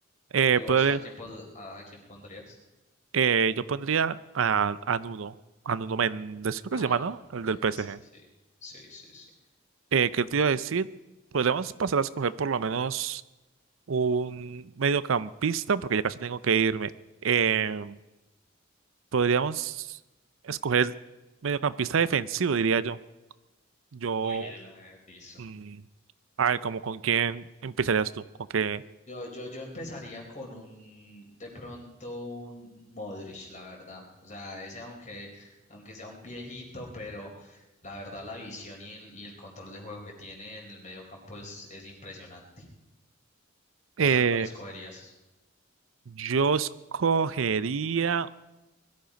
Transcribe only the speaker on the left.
¿Y vos
a quién, pos- a quién pondrías?
Ah,
no,
no,
eh,
sí, sí, sí, sí, sí.
Uy, el eh, listo.
Yo, yo, yo empezaría con un, de pronto un Modric, la verdad. O sea, ese aunque, aunque sea un viejito, pero la verdad la visión y el, y el control de juego que tiene en el medio campo es, es impresionante. ¿Vos
a cuál escogerías?